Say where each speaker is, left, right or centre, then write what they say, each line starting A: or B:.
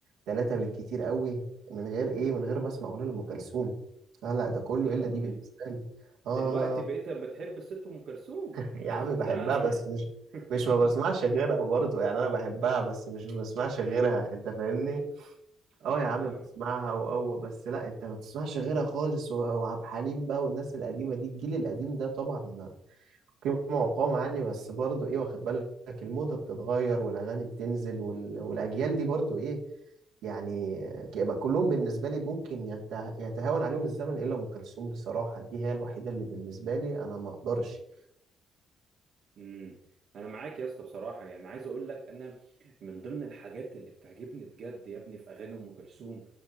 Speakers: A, on the right; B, on the right.
A: ثلاثه بالكتير قوي من غير ايه من غير ما اسمع اغنيه لام كلثوم لا لا ده كله
B: يا راجل
A: الا دي بالنسبه لي
B: دلوقتي
A: آه
B: بقيت بتحب الست ام كلثوم
A: يا
B: مش
A: عم
B: كنت
A: بحبها
B: بتدار عليا
A: بس مش
B: <laughs>
A: مش ما بسمعش غيرها برضه يعني انا بحبها بس مش ما بسمعش غيرها انت فاهمني
B: اه
A: اه يا عم
B: فاهمك
A: بسمعها واو بس لا انت ما بتسمعش غيرها خالص و- وعبد الحليم بقى والناس القديمه دي الجيل القديم ده طبعا قيمه وقامه يعني بس برضه ايه واخد بالك الموضه بتتغير والاغاني بتنزل وال... والاجيال دي برضه ايه يعني ك- كلهم بالنسبه لي ممكن يته... يتهاون عليهم الزمن الا ام كلثوم بصراحه دي هي الوحيده اللي بالنسبه لي انا ما اقدرش
B: امم انا معاك يا اسطى بصراحه يعني عايز اقول لك انا من ضمن الحاجات اللي بتعجبني بجد يا ابني في اغاني ام كلثوم